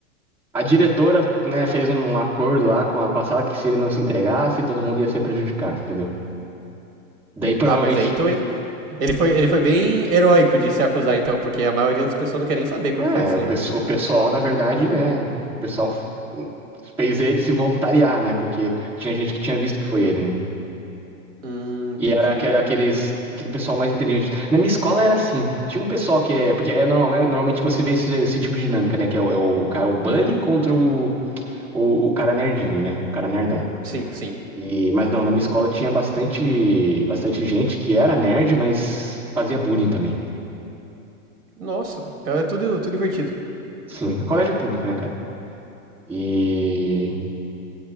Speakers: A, in the centre; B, on the right.
A: A diretora, né, fez um acordo lá com a, com a sala que se ele não se entregasse, todo mundo ia ser prejudicado, entendeu? Daí provavelmente,
B: Ah, mas aí então ele, ele foi, ele foi bem heróico de se acusar, então, porque a maioria das pessoas não quer nem saber quando
A: é,
B: faz isso
A: o,
B: aí.
A: pesso- o pessoal, na verdade, né, o pessoal f- fez ele se voluntariar, né, porque tinha gente que tinha visto que foi ele, né?
B: Hum, entendi.
A: E era aque- aqueles, aquele pessoal mais inteligente. Na minha escola era assim, tinha um pessoal que é, porque é normal, normalmente você vê esse, esse tipo de dinâmica, né, que é o, é o cara, o bully contra o, o, o cara nerdinho, né, o cara nerdão.
B: Sim, sim.
A: E, mas não, na minha escola tinha bastante, bastante gente que era nerd, mas fazia bullying também.
B: Nossa, então é tudo, tudo divertido.
A: Sim, colégio público, né, cara? E